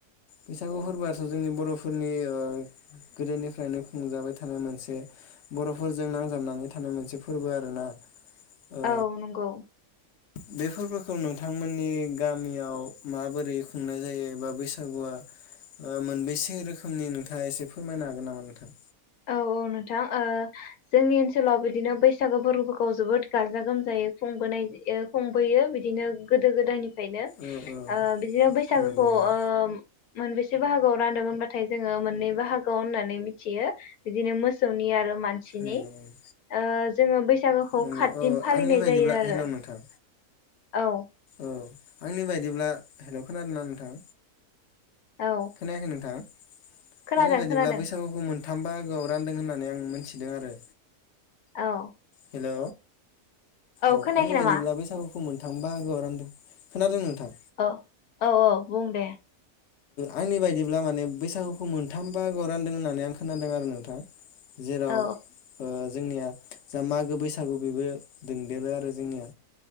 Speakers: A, on the left; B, on the left.
A: बैसागु फोरबोआथ' जोंनि बर'फोरनि गोदोनिफ्रायनो खुंजाबाय थानाय मोनसे बरफोरजों नांजाबनानै थानाय मोनसे फोरबो आरोना ओ
B: औ नंगौ।
A: बे फोरबोखौ नोंथांमोननि गामियाव माबोरै खुंनाय जायो एबा बैसागु बैसागुआ मोनबेसे रोखोमनि नोंथाङा एसे फोरमायनो हागोन नामा नोंथां।
B: औ औ नोंथां ओ जोंनि ओनसोलाव बिदिनो बैसागो फोरबोफोरखौ जोबोद गाजा गोमजायै खुंबोनाय खुंबोयो बिदिनो गोदो गोदायनि ओंखायनो ओ
A: औ औ
B: बिदिनो बैसागोखौ
A: नंगौ नंगौ
B: ओ मोनबेसे बाहागोआव रानदों होनबाथाय जोङो मोननै बाहागोआव होननानै मिथियो। बिदिनो मोसौनि आरो मानसिनि
A: नंगौ नंगौ
B: ओ जोङो बै बैसागोखौ
A: नंगौ
B: खातदिन
A: औ
B: फालिनाय
A: आंनि बायदिब्ला
B: जायो आरो
A: हेलौ नोंथां
B: औ।
A: औ आंनि बायदिब्ला हेल खोनादों ना नोंथां
B: औ
A: खोनायाखै नोंथां। आंनि
B: खोनादों
A: बायदिब्ला
B: खोनादों
A: बैसागुखौ मोन थाम बाहागोआव रानदों होननानै आं मोनथिदों आरो।
B: औ।
A: हेलौ। औ
B: खोनायाखै
A: आंनि
B: नामा
A: बादिला बैसागु बुंनो थांबा औ नोंथां खोनादों नोंथां
B: औ औ औ बुं दे
A: आंनि बायदिब्ला माने बैसागुखौ मोनथाम बाहागो आव रानदों होननानै आं खोनादों आरो नोंथां जेराव
B: औ
A: ओ जोंनिया जा मागो बैसागु बेबो दोंदेरो आरो जोंनिया